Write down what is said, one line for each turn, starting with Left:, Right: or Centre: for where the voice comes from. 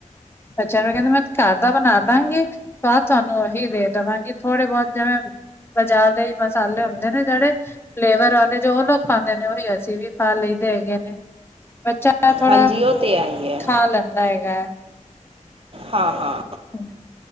Left: ਅੱਛਾ ਮੈਂ ਕਹਿੰਦੀ ਮੈਂ ਘਰ ਦਾ ਬਣਾ ਦਾਂਗੀ, ਸਵਾਦ ਤੁਹਾਨੂੰ ਉਹੀ ਦੇ ਦੇਵਾਂਗੀ ਥੋੜੇ ਬਹੁਤ ਜਿਵੇਂ ਬਾਜ਼ਾਰ ਦੇ ਹੀ ਮਸਾਲੇ ਹੁੰਦੇ ਨੇ ਜਿਹੜੇ- ਫਲੇਵਰ ਵਾਲੇ ਜੋ ਔ ਲੋਕ ਪਾਂਦੇ ਨੇ, ਓਹੀ ਅਸੀਂ ਵੀ ਪਾ ਲਈਦੇ ਹੈਗੇ ਨੇ। ਬੱਚਾ ਐ ਥੋੜਾ,
Right: ਹਾਂਜੀ ਉਹ ਤੇ ਹੈ ਹੀ ਹੈ
Left: ਖਾ ਲੈਂਦਾ ਹੈਗੈ।
Right: ਹਾਂ ਹਾਂ।
Left: ਹਮ,